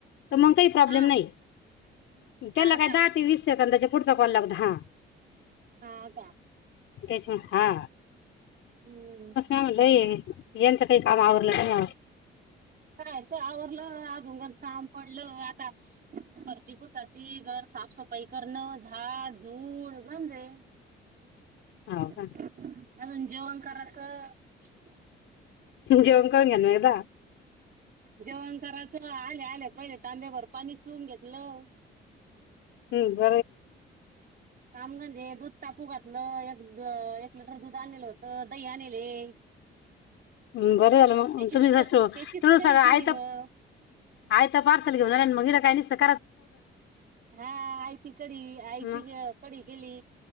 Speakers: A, on the left; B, on the right.
A: तर मग काही प्रॉब्लेम
B: हा
A: नाही, त्याला
B: हा
A: काय
B: का
A: दहा ते वीस सेकंदाचे पुढचा कॉल लागत हा,
B: हा आग
A: त्याच्यामुळे हा
B: हम्म
A: म्हलं यांचं काही काम आवरलं का ना,
B: खायच आवरलं अ दोंगच काम पडलं आता घरची पुसाची, घर साफसफाई करणं, झाड झूड गंजे.
A: हो
B: अजून
A: का
B: जेवण करायचं,
A: जो करनयदा
B: जेवण कराच, आले आले पहिले तांब्यावरर पाणी सुवून घेतलं.
A: हम्म ब
B: रामगंजे दू टापू घातलं एक एक लिटर दूध आणलेलं होत दही आणले <inaudible>
A: बरं झालं मग
B: त्याचीच
A: तुम्ही ज
B: त्याचीच
A: तु
B: कडी
A: सगा आ
B: केली मग
A: आयता पार्सल घेऊन आलेत. <unintelligible>
B: हा आयती कडी आयती
A: मग
B: कडी केली